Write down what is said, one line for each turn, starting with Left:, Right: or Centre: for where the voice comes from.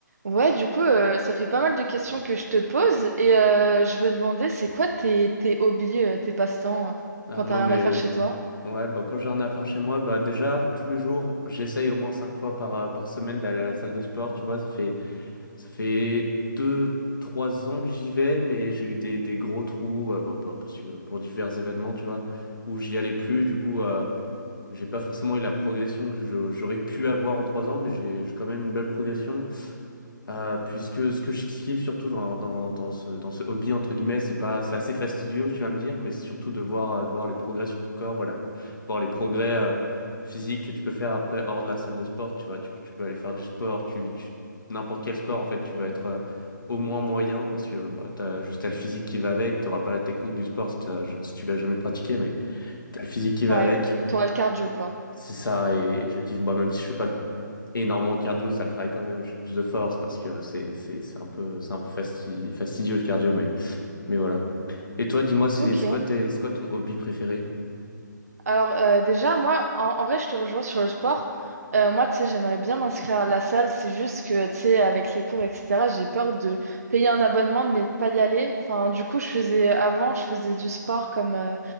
Right: Ouais, du coup, euh, ça fait pas mal de questions que je te pose et euh, je me demandais, c'est quoi tes, tes hobbies, euh, tes passe-temps euh,
Left: Ah,
Right: quand
Left: moi,
Right: t'as rien
Left: mais
Right: à faire chez toi?
Left: ouais, bah, quand j'ai un affaire chez moi, bah, déjà, tous les jours, j'essaye au moins cinq fois par, euh, par semaine d'aller à la salle de sport. Tu vois, ça fait, ça fait deux, trois ans que j'y vais, mais j'ai eu des, des gros trous euh, pour- pour- parce que, pour divers événements, tu vois, où j'y allais plus. Du coup, euh, j'ai pas forcément eu la progression que je- j'aurais pu avoir en trois ans, mais j'ai j'ai quand même une belle progression. Euh, puisque ce que je kiffe surtout dans, dans, dans ce, dans ce hobby, entre guillemets, c'est pas, c'est assez fastidieux, tu vas me dire, mais c'est surtout de voir, euh, de voir les progrès sur ton corps, voilà. Voir les progrès euh, physiques que tu peux faire après hors de la salle de sport, tu vois. Tu, tu peux aller faire du sport, tu, tu- n'importe quel sport, en fait, tu vas être euh, au moins moyen parce que bah, t'as juste t'as le physique qui va avec, t'auras pas la technique du sport si, t'as- si tu l'as jamais pratiqué, mais t'as le physique qui va
Right: Ouais,
Left: avec.
Right: t'auras le cardio, quoi.
Left: C'est ça, et, et je kiffe, bah, même si je fais pas énormément de cardio, ça le travaille quand même. Je fais plus de force parce que c'est c'est c'est un peu c'est un peu fasti- fastidieux le cardio, mais mais voilà. Et toi, dis-moi, c'est
Right: Ok.
Left: c'est quoi tes- c'est quoi ton hobby préféré?
Right: Alors euh, déjà, moi, en, en vrai, je te rejoins sur le sport. Euh, moi, tu sais, j'aimerais bien m'inscrire à la salle. C'est juste que, tu sais, avec les cours, etc., j'ai peur de payer un abonnement, mais de pas y aller. Enfin, du coup, je faisais avant, je faisais du sport comme, euh,